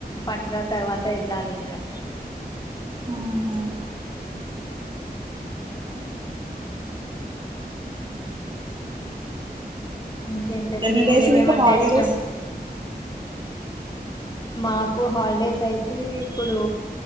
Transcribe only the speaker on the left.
పండ్గ తర్వాత ఎళ్ళాలి ఇంకా
ఊహు ఇంకేంటది
ఏమేమంటే
ఇష్టం మాకు హాల్డేస్ అయితే ఇప్పుడు